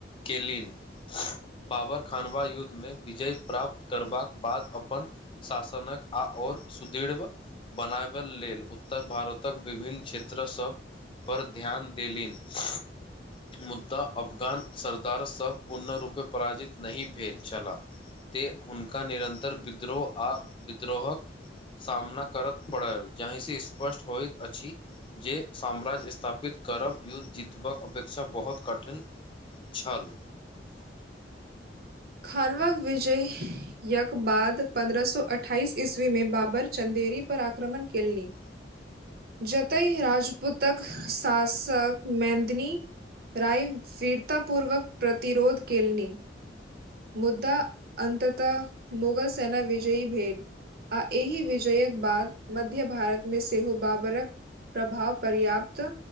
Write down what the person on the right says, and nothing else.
खानवाक विजय यक बाद पन्द्रह सो अठाइस ईस्वी मे बाबर चदेरी पर आक्रमण केली
जतहि राजपूतक शासक मेंदनी <unintelligible> पूर्वक प्रतिरोध केलनि मुद्दा अन्ततः मुगल सेैना विजय भेल आ एहि विजयक बाद मध्य भारत मे सेहो बाबरक प्रभाव पर्याप्त